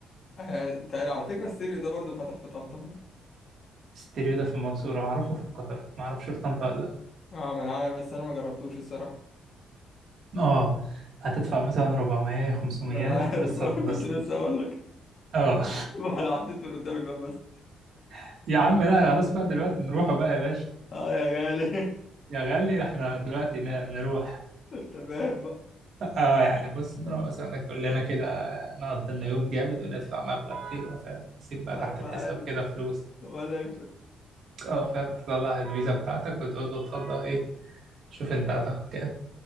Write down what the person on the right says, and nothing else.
ستيريو ده في المنصورة أعرفه في القاهرة ما أعرفش في طنطا ولا
لأ آه هتدفع مثلا 400 500
بس
هتتبسط
آه
<laughs> يا عم لا خلاص بقى دلوقتي نروحوا بقى يا باشا
يا غالي إحنا دلوقتي ن- نروح
آه يعني بص نروح مثلا كلنا كده نقضي لنا يوم جامد وندفع مبلغ فيه بقى فاهم نسيب بقى
تحت
الحساب
كده فلوس
آه فاهم تطلع الفيزا بتاعتك وتقول له اتفضل إيه شوف أنت هتاخد كام